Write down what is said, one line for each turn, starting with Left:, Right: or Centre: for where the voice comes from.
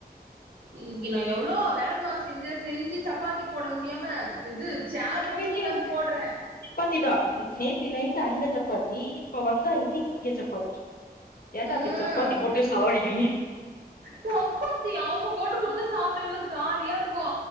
Right: இன்னைக்கு நா எவ்ளோ வேலமா செஞ்ச செஞ்சி சப்பாத்தி போட முடியாம இது சேர்
Left: எங்க
Right: போட்டு
Left: வீட்லயு
Right: ஒக்காந்து போட்ற
Left: சப்பாத்தி தா நேத்தி நைட்டு அங்க சப்பாத்தி இப்ப வந்தா இன்னைக்கு இங்க சப்பாத்தி ஏன்டா
Right: ம்
Left: இப்டி சப்பாத்தி போட்டு சாவடிக்கிறீங்க
Right: சப்பாத்தி அவுங்க போட்டு குடுத்தா சாப்ட எவ்ளோ ஜாலியா இருக்கு